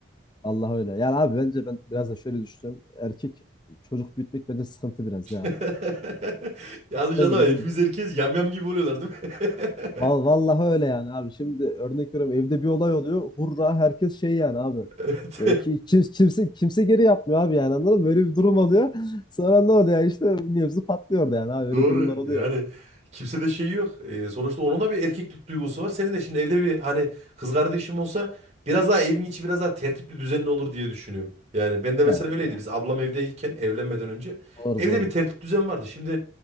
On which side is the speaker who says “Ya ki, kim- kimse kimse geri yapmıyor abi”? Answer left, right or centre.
Left